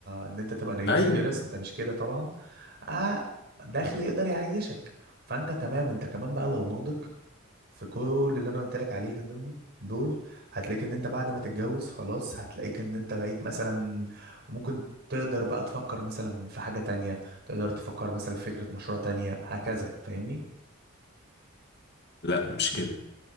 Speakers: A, on the right (about 55°); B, on the left (about 55°).
A: ان انت تبقى نجيب
B: ايوه
A: ساويرس انت مش كده طبعا آه دخل يقدر يعيشك فانت تمام انت كمان بقى لو ناضج في كل اللي انا قلت لك عليها دول دول هتلاقيك ان انت بعد ما تتجوز خلاص هتلاقيك ان انت بقيت مثلا ممكن تقدر بقى تفكر مثلا في حاجة تانية تقدر تفكر مثلا في فكرة مشروع تانية هكذا فاهمني
B: لا مش كده